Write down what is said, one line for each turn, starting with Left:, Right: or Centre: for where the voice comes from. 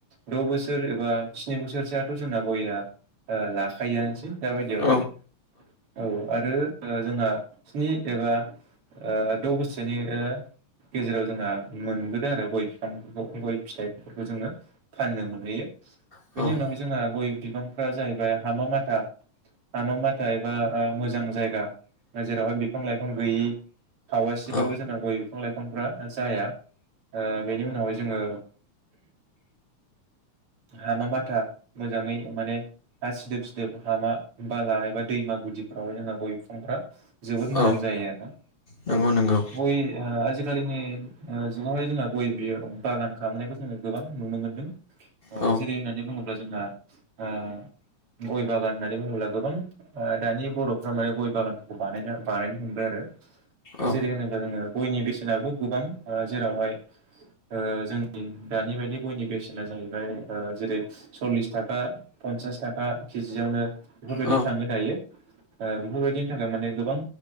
Right: द' बोसोर एबा स्नि बोसोरसोआथ' जोंना गयआ ओ लाखायोआनोसै दाबायदियावहाय
Left: औ
Right: औ आरो जोंहा ओ स्नि एबा ओ द' बोसोरनि ओ गेजेराव जोंहा मोनबोदों आरो गय बिफांफोरखौ गय फिथाइफोरखौ जोङो फाननो मोनहैयो
Left: औ
Right: बेनि उनावहाय जोंहा गय बिफांफ्रा जाहैबाय हामा माथा हामा माथा एबा ओ मोजां जायगा जेरावहाय बिफां लाइफां गैयि हावासेबाबो
Left: औ
Right: जोंना गय बिफां लाइफांफ्रा जाया ओ बेनि उनावहाय जोङो हामा माथा मोजाङै माने हा सिदोब सिदोब हामा बाला एबा दैमा गुदिफ्रावहाय जोंना गय बिफांफ्रा जोबोद मोजां
Left: औ
Right: जायो आरोना औ
Left: नंगौ
Right: गय
Left: नंगौ
Right: ओ आजिखालिनि जुगावहाय जोंहा गय बियो बागान खालामनायखौ जोङो गोबां नुनो मोनदों अ
Left: औ
Right: जेरै होननानै बुङोब्ला जोंहा ओ गय बागान होननानै बुङोब्ला गोबां दानि बर'फ्रा माने गय बागानफोरखौ बानायनो बानायनो हमबाय आरो
Left: औ
Right: जेरै होनोब्ला जोङो गयनि बेसेनाबो गोबां ओ जेरावहाय ओ जोंनि दानि बायदि गयनि बेसेना जाहैबाय ओ जेरै सल्लिस थाखा पन्सास थाखा केजियावनो बेफोरबायदि
Left: औ
Right: थांनो दायो ओ बेफोरबायदिनि थाखाय माने गोबां